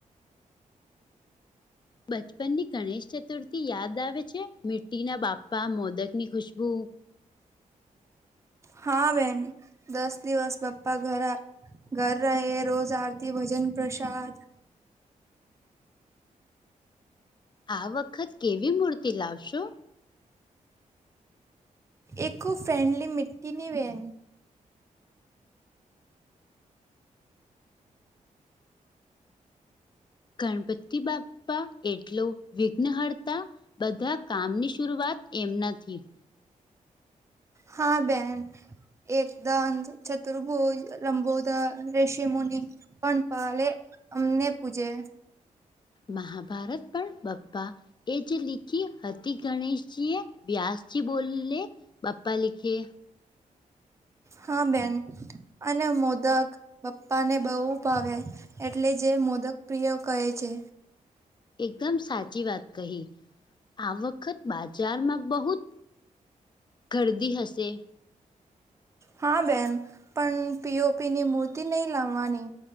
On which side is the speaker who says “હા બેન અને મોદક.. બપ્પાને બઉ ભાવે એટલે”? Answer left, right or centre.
Right